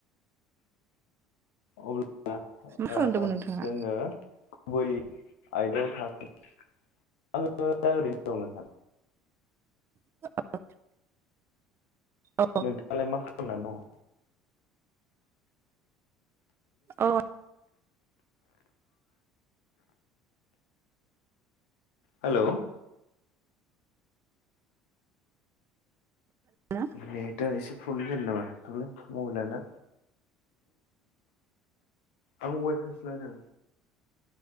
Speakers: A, on the left; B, on the right.
A: अ <inaudible> ओ ओ
B: मा खालामदोंमोन
A: ओ
B: नोंथाङा?
A: जोङो गुबै आयदायाव थां <unintelligible> आङो दा ओरैनो दं नोंथां।
B: <unintelligible> औ
A: नोंथाङालाय मा खालामनानै दङ? औ <inaudible>
B: औ
A: <inaudible> हेल।
B: ना
A: नेदा इसे प्रब्लेम जादों नामा हरलाय मबाइला नोंना आं वायफाइसो लादों